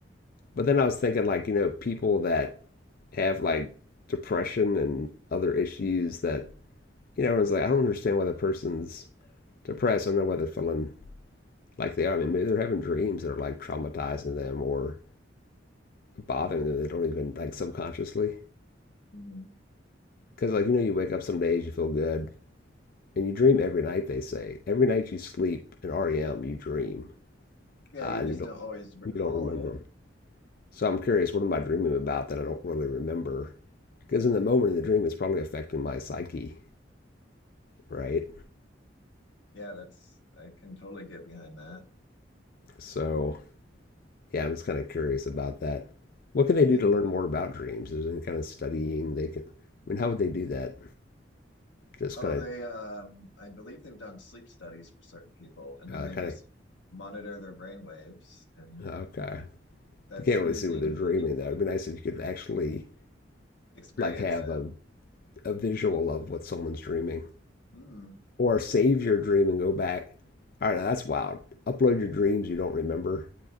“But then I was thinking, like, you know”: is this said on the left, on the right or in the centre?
Left